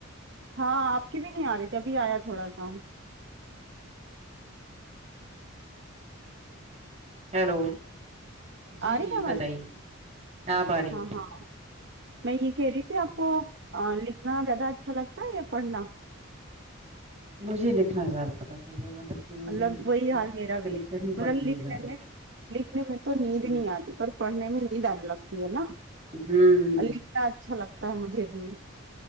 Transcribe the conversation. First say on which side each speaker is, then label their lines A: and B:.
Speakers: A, on the right (about 55°); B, on the right (about 30°).
A: ہاں آپ کی بھی نہیں آ رہی تھی ابھی آیا تھوڑا سا
B: ہیلو جی
A: آ رہی
B: جی
A: ہے آواز
B: بتائیے اب آ رہی
A: ہاں
B: ہے
A: ہاں میں یہ کہہ رہی تھی آپ کو لکھنا زیادہ اچھا لگتا ہے یا پڑھنا
B: مجھے لکھنا زیادہ پسند ہے مطلب شروع
A: مطلب
B: سے ہی
A: وہی
B: میں
A: حال میرا
B: لکھ
A: بھی
B: لکھکر
A: ہے
B: ہی
A: مطلب
B: پڑھتی ہوں
A: لکھ
B: زیادہ
A: نے
B: تر
A: میں لکھنے میں تو نیند
B: ہوں
A: نہیں آتی پر پڑھنے میں نیند آنے لگتی ہے نا
B: ہوں
A: اور لکھنا اچھا لگتا ہے مجھے بھی